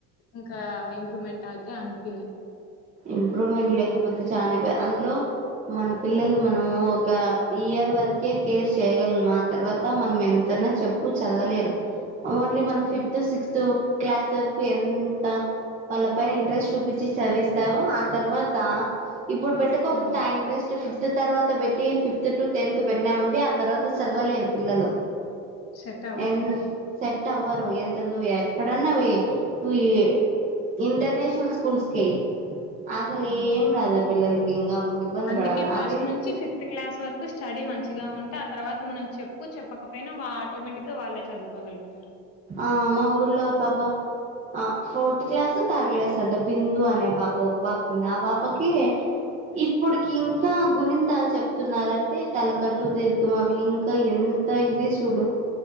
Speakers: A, on the left; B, on the right.
A: ఇంకా ఇంప్రూవ్మెంట్ అయితే అన్పిలే
B: ఇంప్రూవ్మెంట్ లేకపోతే చానా ఇబ్బంది అందులో మన పిలల్ల్ను మనం ఒక ఇయర్ వరకే కేర్ చేయగలము ఆ తర్వాత మనం ఎంతనా చెప్పు చదవలేరు ఓన్లీ మనం
A: చదవలే.
B: ఫిఫ్త్ సిక్స్త్ఒక క్లాస్ వరకు ఎంత వాళ్ళ పైన ఇంట్రెస్ట్ చూపించి చదివిస్తావు ఆ తర్వాత ఇప్పుడు పెట్టుకోకుండా
A: హ్మ్.
B: ఆ ఇంట్రెస్ట్ ఫిఫ్ ఫిఫ్త్ తర్వాత పెట్టి ఫిఫ్త్ టు టెన్త్ పెట్టినామండి ఆ తర్వాత చదవలేరు పిల్లలు
A: సెట్ అవ్వలేరు.
B: ఎన్ సెట్ అవ్వరు ఎంతదు ఎక్కడన్నా వెయ్యి ఇంటర్నేషనల్ స్కూల్ కే అసలు
A: హ్మ్.
B: ఏం రాదా పిల్లలకి ఇంకప్పుడు ఇబ్బంది
A: అందుకే
B: పడాల
A: ఫస్ట్
B: అదే
A: నుంచి ఫిఫ్త్ క్లాస్ వరకు స్టడీ మంచిగా ఉంటే ఆ తర్వాత మనం చెప్పు చెప్పకపోయినా ఆటోమేటిక్ గా వాళ్ళే చదువ్ కోగలుగుతారు
B: ఆ మా ఊర్లో పపా ఆ ఫోర్త్ క్లాస్ థర్డ్ క్లాస్ అంట బిందు అనే పాప ఒక పాప ఉంది ఆ పాపకి ఇప్పుడుకింకా గుణంతాలు చెప్తున్నారంటే తలకట్టు దీర్ఘం అవి ఇంకా ఎన్ అంత ఇది చూడు